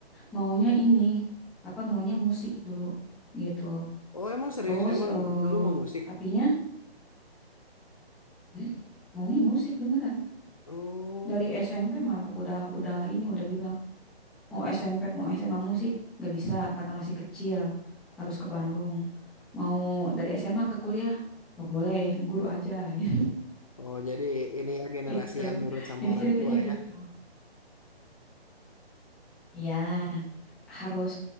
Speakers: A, in the centre; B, on the left.
A: maunya ini apa maunya musik dulu gitu
B: Oh, emang serius
A: terus
B: emang
A: eh
B: dulu mau musik?
A: tapinya eh, maunya musik beneran
B: Oh.
A: dari SMP malah udah udah ini udah bilang mau SMP mau SMA musik nggak bisa karena masih kecil harus ke Bandung mau dari SMA ke kuliah nggak boleh guru aja <laughs>
B: Oh, jadi ini ya generasi
A: gitu
B: yang nurut sama
A: jadi
B: orang
A: ceritanya
B: tua
A: gitu
B: ya.
A: Iya harus